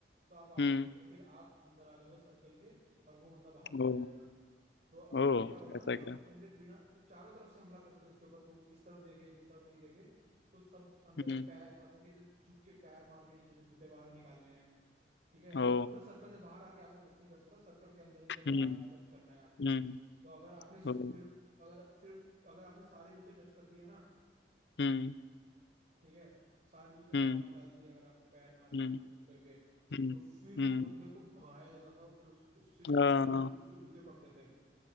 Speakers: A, on the right (about 45°); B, on the left (about 75°).
A: तो आप आउट
B: हम्म
A: हो जाओगे फिर आप अंदर आ जाओगे सर्कल के और वो बंदा बाहर
B: ओ
A: चल जाएगा तो अब
B: ओ
A: फिर क्या होगा ना
B: ऐसा
A: सब
B: क्या
A: बंदे बिना क्यों- चारों तरफ से हमला करते थे उसके ऊपर तो वो किस तरफ देखे किस तरफ नहीं देखे तो सब अंदर
B: हम्म
A: से पैर अंदर के से झुक के पैर मार के नीचे से जूते बाहर निकालने हैं ठीक है और
B: ओ
A: वो बंदा सर्कल से बाहर आके आपको टच नहीं कर सकता सर्कल के अंदर अंदर
B: हम्म
A: ही टच करना है आपको
B: हम्म
A: तो अगर आपने
B: ओ
A: फिर अगर फिर अगर आपने सारे जूते टच कर दिए ना
B: हम्म
A: ठीक है सारे जूते बाहर
B: हम्म
A: निकाल दिए अगर आपने पैर मार मार
B: हम्म
A: के कुछ करके
B: हम्म
A: तो फिर
B: हम्म
A: वो बंदे को भगाया जाता था और फिर उस, उससे
B: हाँ,
A: उसको जूते उसको जूते पड़ते थे